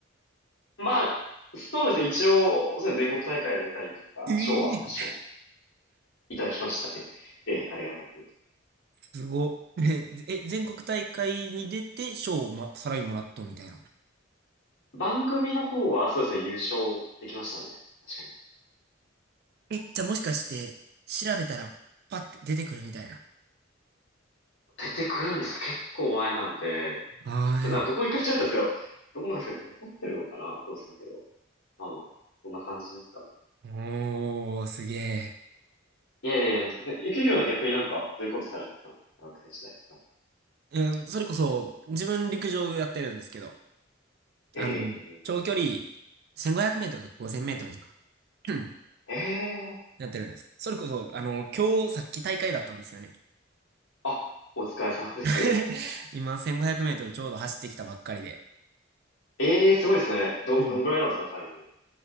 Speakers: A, on the left (about 70°); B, on the right (about 50°).
A: まあ、そうですね。一応、そう全国大会出たりとか、
B: えー
A: 賞は確かにいただきましたね。<laughs> ええ、ありがたく。
B: すご。ねえ、え全国大会に出て賞を、ま、さらにもらっとみたいな。
A: 番組の方はそうですね、優勝できましたね。確かに。
B: え、じゃあもしかして、調べたら、パッて出てくるみたいな。
A: 出てくるんですか結構前なんで、
B: あい。
A: 残ってな、僕も一回ちゃったんですけど、どうなんですかね残ってるのかなどうするけど。まあまあまあ、そんな感じですかね。
B: おー、すげえ。
A: いやいやいや、でも全然、ゆきひろの逆になんか、どういうことされてたの学生時代とか。
B: いや、それこそ、自分陸上やってるんですけど、
A: ええ
B: あの、長距離、1500メートルとか5000メートルとか、<clears throat>
A: ええ
B: やってるんですけど、それこそ、あの、今日、さっき大会だったんですよね。
A: あ、お疲れ様です。
B: <laughs> 今、1500メートルちょうど走ってきたばっかりで。
A: ええすごいですね。ど、
B: うん。
A: どんぐらいなんですか、タイム。